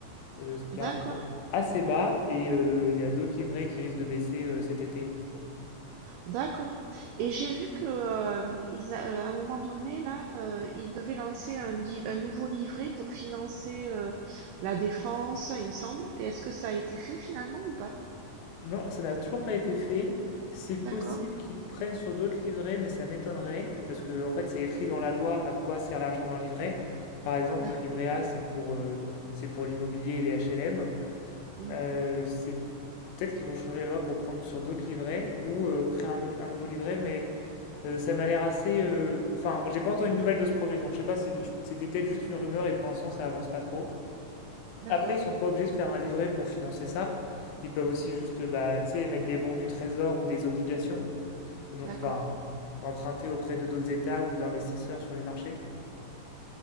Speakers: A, on the left; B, on the right.
A: euh, ce qui
B: d'accord,
A: est un taux assez bas et euh, il y a d'autres livrets qui risquent de baisser euh, cet été.
B: d'accord. Et j'ai vu que euh, ils a- euh, à un moment donné, là, euh, ils devaient lancer un, li- un nouveau livret pour financer euh, la défense, il me semble. Et est-ce que ça a été fait finalement ou pas?
A: Non, ça n'a toujours pas été fait. C'est possible
B: D'accord,
A: qu'ils prennent sur d'autres livrets, mais ça m'étonnerait parce que en fait c'est écrit dans la loi à quoi sert l'argent d'un livret. Par exemple,
B: d'accord,
A: le livret A c'est pour euh, c'est pour l'immobilier et les HLM.
B: Mhm.
A: Euh, c'est peut-être qu'ils vont changer les lois pour prendre sur d'autres livrets ou euh, créer un, autre- un nouveau livret, mais euh, ça m'a l'air assez. euh, Enfin, j'ai pas entendu de nouvelles de ce projet, donc je sais pas si c'était peut-être juste une rumeur et pour l'instant ça avance pas trop.
B: d'accord,
A: Après, ils sont pas obligés de faire un livret pour financer ça. Ils peuvent aussi juste, euh, bah, tu sais, mettre des bons du trésor ou des obligations. Et donc,
B: d'accord.
A: enfin, emprunter auprès de d'autres États ou d'investisseurs sur les marchés.